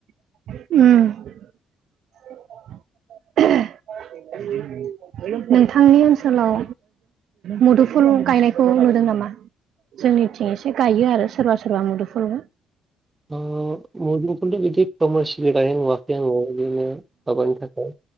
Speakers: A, on the right (about 65°); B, on the right (about 15°).
A: उम <unintelligible> नोंथांनि ओनसोलाव मुदुफुल गायनायखौ नुदों नामा? जोंनिथिं एसे गायो आरो सोरबा सोरबा मुदुफुलबो
B: ओ मुदुफुलनि बिदि दमासिनि गायनाय नुवाखै आङो इदिनो माबानि थाखाय